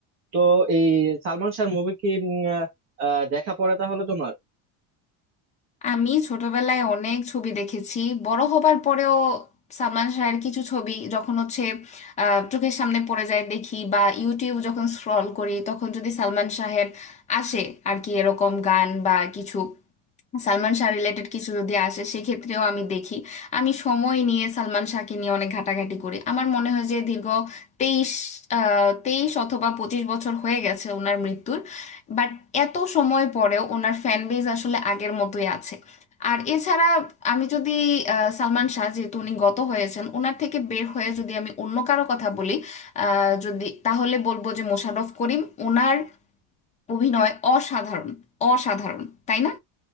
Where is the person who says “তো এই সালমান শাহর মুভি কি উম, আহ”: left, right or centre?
Right